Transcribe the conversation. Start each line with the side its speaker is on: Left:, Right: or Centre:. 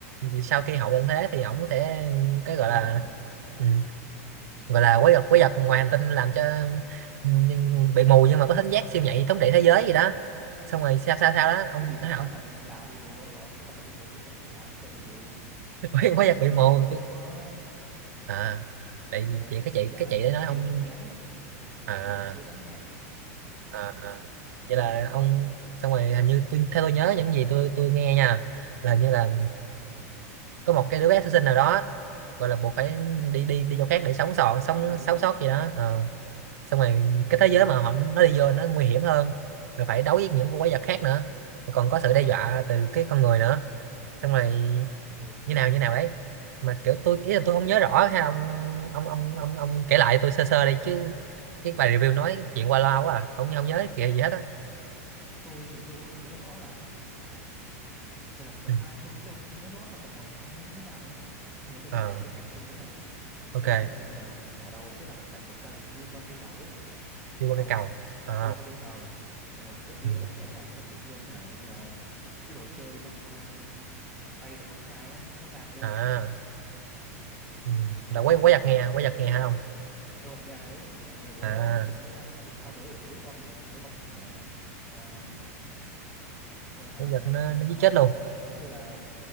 Right: Thì sau khi hậu tận thế thì ổng sẽ cái gọi
Centre: đúng
Right: là
Centre: rồi
Right: ừ, gọi là quái vật quái vật ngoài hành
Centre: Có-
Right: tinh làm cho ừ, nhưng- bị mù nhưng mà có thính giác siêu nhạy thống trị thế giới gì đó xong rồi sao sao sao đó ông
Centre: cái gì mà quái
Right: ông
Centre: vật là bị mù ông nội quái vật nó bị mù chứ sao lại làm cho bị mù
Right: <laughs> quái quái vật bị
Centre: kiểu
Right: mù
Centre: như quái vật nó không có
Right: à tại
Centre: ờ
Right: vì vậy cái chị
Centre: kiểu ra
Right: cái
Centre: là
Right: chị đấy
Centre: thị,
Right: nói
Centre: thị
Right: ông
Centre: lực nó kém ấy ờ
Right: à,
Centre: nhưng mà khứu giác nó nhạy
Right: à, à.
Centre: không phải
Right: vậy
Centre: sao
Right: là
Centre: nữa
Right: ông xong rồi hình như tôi theo tôi nhớ những gì tôi tôi nghe nha là hình như là
Centre: ờ
Right: có một cái đứa bé sơ sinh nào đó gọi là buộc phải đi đi đi chỗ khác để sống sót sống
Centre: à đúng
Right: sống
Centre: rồi
Right: sót
Centre: đúng
Right: gì đó
Centre: rồi
Right: Ờ. xong rồi cái
Centre: Đúng
Right: thế giới
Centre: rồi.
Right: mà họ nó đi vô nó nguy hiểm hơn rồi phải đấu với những con quái vật khác nữa rồi còn có sự đe dọa
Centre: Ờ,
Right: từ cái con người nữa xong rồi
Centre: ờ
Right: như
Centre: ghe
Right: nào
Centre: bãi
Right: như
Centre: trái.
Right: nào đấy mà kiểu tôi ý là tôi không nhớ rõ hay là ông ông ông ông, ông kể lại tôi sơ sơ đây chứ cái bài review nói chuyện qua loa quá à không không nhớ kìa gì hết á
Centre: Tôi thì tôi không nhớ rõ là phần một hay là phần
Right: ừ.
Centre: hai tôi tôi không nhớ rõ là phần một phần 2 nó như thế nào nữa đấy. Nhưng mà tôi
Right: ờ
Centre: sẽ kể cái cảnh tôi nhớ nha.
Right: ok
Centre: Phim đấy kiểu như là mở đầu sẽ là một cảnh một gia đình đi qua cây cầu ấy,
Right: đi
Centre: đúng
Right: qua
Centre: không?
Right: cây cầu à
Centre: Đi qua cây cầu, xong rồi rất đi
Right: ừ.
Centre: rất là khẽ nha, xong tự nhiên hả kiểu như là cái đồ chơi trong ờ, tay thằng con trai á nó vang lên.
Right: à ừ.
Centre: Ừ,
Right: là
Centre: thế là
Right: quái quái
Centre: hả,
Right: vật nghe quái
Centre: không
Right: vật
Centre: kịp.
Right: nghe hả không
Centre: Quái vật nghe thấy xong rồi người bố
Right: à
Centre: vừa mới lao định lao tới để cứu con nhưng mà bị quái vật hả ờ, ờ, hả
Right: quái vật nó nó giết
Centre: gọi
Right: chết
Centre: là
Right: luôn
Centre: giống như là